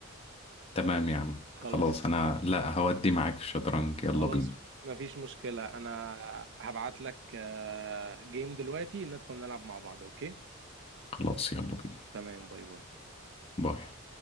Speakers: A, on the left (about 30°); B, on the right (about 60°).
A: تمام يا عم
B: خلاص
A: خلاص انا لا هودي معاك في الشطرنج يلا
B: خلاص
A: بينا
B: مفيش مشكلة أنا هبعت لك آه، جيم دلوقتي ندخل نلعب مع بعض أوكي
A: خلاص يلا بينا
B: تمام باي باي
A: باي